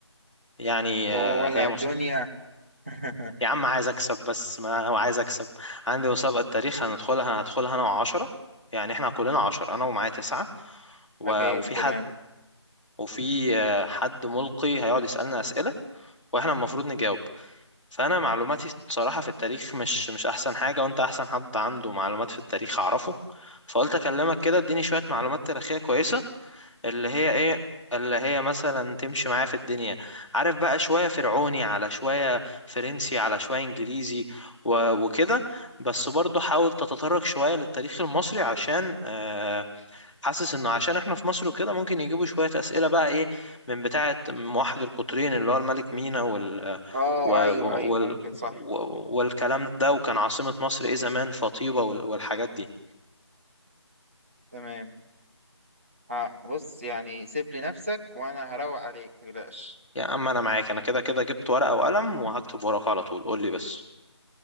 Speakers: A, in the centre; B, on the right.
A: يعني
B: وولع
A: آه، هي
B: الدنيا
A: مش
B: <laughs>
A: يا عم عايز اكسب بس ما هو عايز اكسب عندي مسابقة تاريخ هندخلها هدخلها انا وعشرة يعني احنا كلنا عشرة انا ومعايا تسعة و-
B: اوكي
A: وفي
B: تمام
A: حد وفي آه، حد ملقي هيقعد يسألنا أسئلة واحنا المفروض نجاوب فانا معلوماتي بصراحه في التاريخ مش مش احسن حاجه وانت احسن حد عنده معلومات في التاريخ اعرفه فقلت اكلمك كده اديني شويه معلومات تاريخيه كويسه اللي هي ايه اللي هي مثلا تمشي معايا في الدنيا عارف بقى شويه فرعوني على شويه فرنسي على شويه انجليزي و- وكده بس برضو حاول تتطرق شويه للتاريخ المصري عشان آه، حاسس انه عشان احنا في مصر وكده ممكن يجيبوا شوية اسئلة بقى ايه من بتاعة موحد القطرين اللي هو الملك مينا وال
B: اه
A: و...
B: ايوه
A: و-
B: ايوه
A: وال...
B: ممكن
A: و-
B: صح
A: والكلام ده وكان عاصمة مصر ايه زمان فطيبة وال... والحاجات دي
B: تمام آه بص يعني سيب لي نفسك وانا هروق عليك متقلقش
A: يا اما انا معاك انا كده كده جبت ورقة وقلم وهكتب ورقة على طول قول لي بس